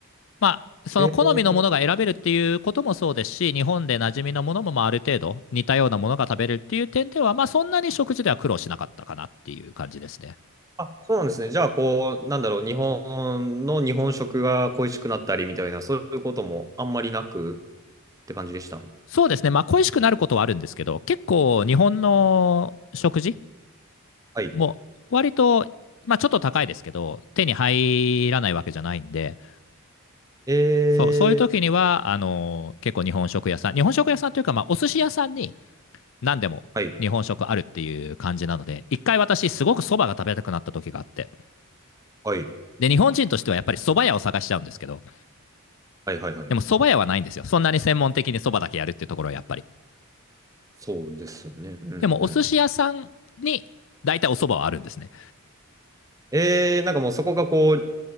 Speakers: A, on the left (about 60°); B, on the right (about 15°).
A: まあ、その好みのものが選べるっていうこともそうですし、
B: えー、
A: 日本で馴染みのものもまあある程度似たようなものが食べれるっていう点では、まあ、そんなに食事では苦労しなかったかなっていう感じですね。
B: あ、そうなんですね。じゃあ、こう、なんだろう、日本の日本食が恋しくなったりみたいな、そういうこともあんまりなくって感じでした。
A: そうですね、まあ、恋しくなることはあるんですけど、結構日本の食事
B: はい。
A: もう割と、まあ、ちょっと高いですけど、手に入らないわけじゃないんで、
B: えー、
A: そうそういう時にはあのー結構日本食屋さん、日本食屋さんというか、まあ、お寿司屋さんに何でも日本食あるっていう感じなので、
B: はい。
A: 一回私、すごくそばが食べたくなった時があって、
B: はい。
A: で日本人としてはやっぱりそば屋を探しちゃうんですけど、
B: はいはいはい。
A: でもそば屋はないんですよ、そんなに専門的にそばだけやるっていうところはやっぱり。
B: そうですよね。うんうん。
A: でもお寿司屋さんに大体おそばはあるんですね。
B: えー、なんかもうそこがこう、